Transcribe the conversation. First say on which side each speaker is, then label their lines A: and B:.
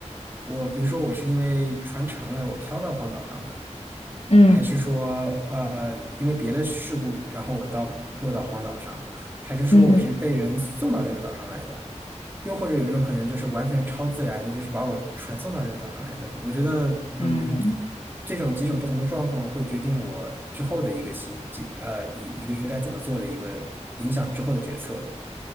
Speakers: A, on the right (about 15°); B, on the left (about 55°).
A: 我比如说我是因为船沉了，我漂到荒岛上的，
B: 嗯
A: 还是说呃，因为别的事故，然后我到落到荒岛上，还是说我是被人送到这个岛上来的？
B: 嗯
A: 又或者有一种可能就是完全超自然的，就是把我传送到这个岛上来的。我觉得，嗯，
B: 嗯。
A: 这种几种不同的状况会决定我之后的一个行，几呃一一个应该怎么做的一个影响之后的决策。